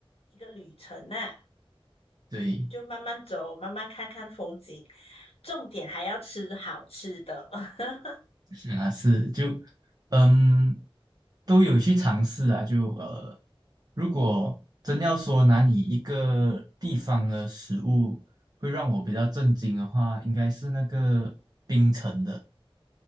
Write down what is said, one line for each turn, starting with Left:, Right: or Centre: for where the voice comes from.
Left: 一个旅程呐、
Right: 对，
Left: 就慢慢走，慢慢看看风景，重点还要吃好吃的。<laughs>
Right: 是啊，是就嗯都有去尝试啊，就呃如果真要说哪里一个地方的食物会让我比较震惊的话，应该是那个冰城的。